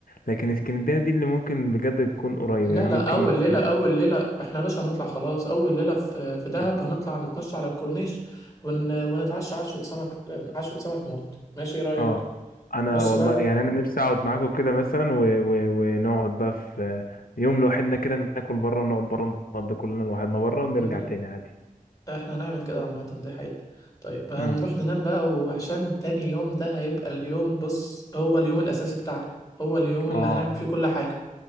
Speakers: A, on the left; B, on the left.
A: لكن اسكندرية دي اللي ممكن بجد تكون قريب
B: لا
A: يعني
B: لا
A: ممكن
B: اول
A: مثلا
B: ليله اول ليله احنا يا باشا هنطلع خلاص اول ليله في في دهب
A: آه.
B: هنطلع نتمشى على الكورنيش ون... ونتعشى عشوه سمك عشوه سمك موت ماشي ايه رايك
A: اه انا
B: بص
A: والله
B: بقى
A: يعني انا نفسي اقعد معاكم كده مثلا و... و... ونقعد بقى في يوم لوحدنا كده ناكل بره ونقعد بره نقضي كلنا لوحدنا بره ونرجع
B: ال-
A: تاني عادي
B: احنا هنعمل كده عامه دي حقيقه طيب هنروح
A: امم
B: ننام بقى وعشان تاني يوم ده هيبقى اليوم بص هو اليوم الاساسي بتاعنا هو اليوم اللي
A: اه
B: هنعمل فيه كل حاجه